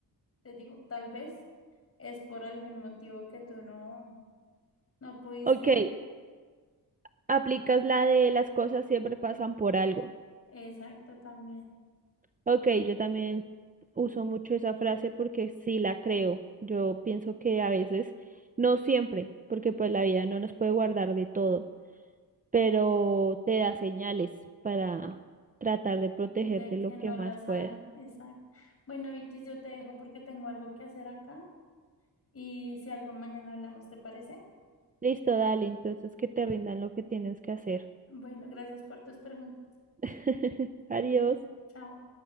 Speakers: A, on the left (about 35°); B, on the right (about 20°).
A: Te digo, tal vez es por algún motivo que tú no, no pudiste
B: Ok,
A: ir.
B: aplicas la de las cosas siempre pasan por algo.
A: Exacto, también,
B: Ok, yo también uso mucho esa frase porque sí la creo. Yo pienso que a veces, no siempre, porque pues la vida no nos puede guardar de todo, pero te da señales para tratar de protegerte
A: de que
B: lo
A: no
B: que más
A: las
B: puedas.
A: hagan, exacto. Bueno, Vicky, yo te dejo porque tengo algo que hacer acá y si algo mañana hablamos, ¿te parece?
B: Listo, dale, entonces que te rindan lo que tienes que hacer.
A: Bueno, gracias por tus preguntas.
B: <laughs> Adiós.
A: Bueno, chao.